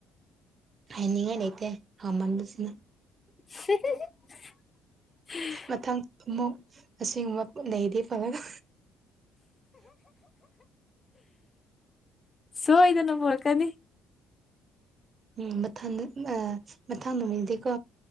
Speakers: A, on the right (about 45°); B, on the left (about 30°).
A: ꯍꯥꯏꯅꯤꯡꯉꯥꯏ ꯂꯩꯇꯦ ꯍꯃꯥꯟꯕꯕꯁꯤꯅ
B: <unintelligible>
A: ꯃꯊꯪ ꯑꯃꯨꯛ ꯑꯁꯤꯒꯨꯝꯕ ꯂꯩꯗꯤ ꯐꯂꯒ
B: ꯁꯣꯏꯗꯅ ꯄꯨꯣꯔꯛꯀꯅꯤ
A: ꯎꯝ ꯃꯊ ꯃꯊꯪ ꯅꯨꯃꯤꯠꯗꯤꯀꯣ